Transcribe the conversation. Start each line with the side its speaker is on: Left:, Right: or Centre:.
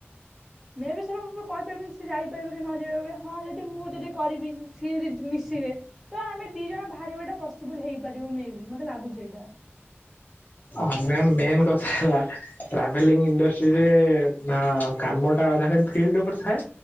Centre: ମୁଁ ବି ସାର୍ ମୁଁ କହିପାରିବିନି ସିଏ ଯାଇପାରିବେ କି ନ ଯାଇିବା ଭଳିଆ ହଁ ଯଦି ମୁଁ ଯଦି କରିବି ସିଏ ଯଦି ମିଶିବେ ତ ଆମେ ଦି ଜଣ ବାହାରିବାଟା ପ ପସିବୁଲ ହେଇପାରିବ ମେ ବି ମୋତେ ଲାଗୁଚି ଏଇଟା।
Left: ମ୍ୟା ମେନ୍ କଥା ହେଲା ଟ୍ରାଭେଲିଂ ଇଣ୍ଡଷ୍ଟ୍ରିରେ ନା କାନ ଟା ଅଧା ଫେଖ୍ତ ଉପରେ ଥାଏ